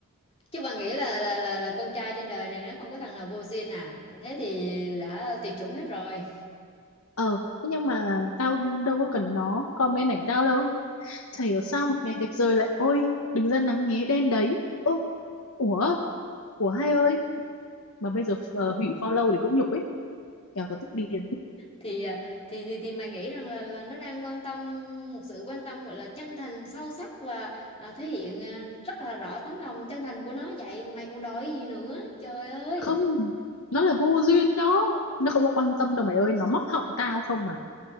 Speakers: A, on the left (about 30°); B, on the left (about 75°).
A: chứ bà nghĩ là là là, là con trai trên đời này nó không có thằng nào vô duyên à thế thì đã tuyệt chủng hết rồi
B: Ờ, thế nhưng mà tao đâu có cần nó comment ảnh tao đâu. Chả hiểu sao một ngày đẹp trời lại ôi, đừng ra nắng nhé đen đấy. Ô, ủa, ủa hay ơi. Mà bây giờ ờ, hủy follow thì cũng nhục ấy. Kẻo tao tức điên.
A: thì à, thì thì, thì mày nghĩ rằng là là nó đang quan tâm một sự quan tâm gọi là chân thành sâu sắc và à, thể hiện à, rất là rõ tấm lòng chân thành của nó vậy mày còn đòi gì nữa trời ơi
B: Không, nó là vô duyên đó. Nó không có quan tâm đâu mày ơi, nó móc họng tao không mà.